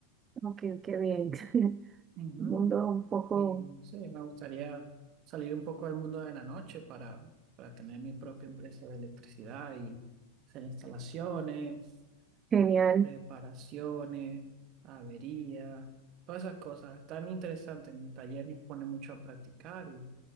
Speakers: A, on the right; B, on the right.
A: Ok, qué bien. <laughs>
B: Ujú,
A: Un mundo un poco
B: Y sí, me gustaría salir un poco del mundo de la noche para, para tener mi propia empresa de electricidad y hacer instalaciones.
A: genial.
B: reparaciones, averías, todas esas cosas. Es tan interesante. En mi taller me pone mucho a practicar y,